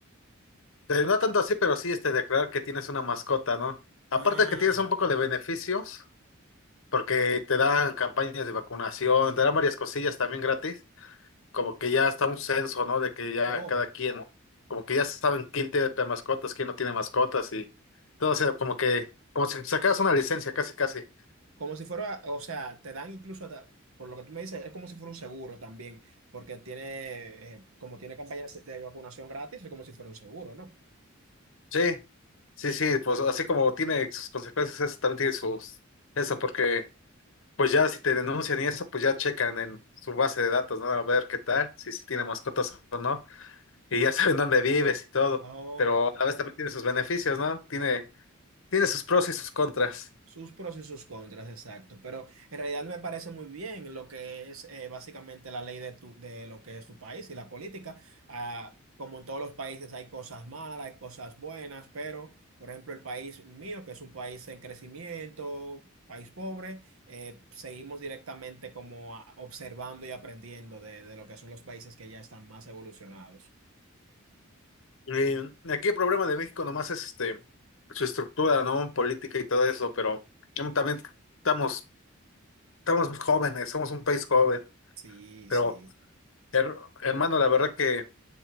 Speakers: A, on the left (about 65°); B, on the right (about 80°).
A: Eh, no tanto así, pero sí este, declarar que tienes una mascota, ¿no?
B: Ah,
A: Aparte de que tienes un poco de beneficios, porque te dan campañas de vacunación, te dan varias cosillas también gratis. como que ya está un censo, ¿no? De que ya
B: oh,
A: cada quien, como que ya saben quién tiene mascotas, quién no tiene mascotas y todo, o sea, como que, como si sacaras una licencia, casi, casi.
B: como si fuera, o sea, te dan incluso, hasta- por lo que tú me dices, es como si fuera un seguro también, porque tiene, eh, como tiene campañas de vacunación gratis, es como si fuera un seguro, ¿no?
A: Sí, sí, sí, pues así como tiene sus consecuencias, eso también tiene sus, eso, porque pues ya si te denuncian y eso, pues ya checan en su base de datos, ¿no? A ver qué tal, si, si tiene mascotas o no, y ya <laughs> saben dónde vives y todo,
B: Oh.
A: pero a la vez también tiene sus beneficios, ¿no? Tiene, tiene sus pros y sus contras.
B: Sus pros y sus contras, exacto. Pero en realidad me parece muy bien lo que es eh, básicamente la ley de, tu, de lo que es tu país y la política. Ah, como en todos los países hay cosas malas, hay cosas buenas, pero por ejemplo el país mío, que es un país en crecimiento, país pobre, eh, seguimos directamente como a- observando y aprendiendo de, de lo que son los países que ya están más evolucionados.
A: Eh, aquí el problema de México nomás es este, su estructura, ¿no? Política y todo eso, pero mm, también estamos, estamos jóvenes, somos un país joven.
B: Sí,
A: Pero,
B: sí.
A: her- hermano, la verdad que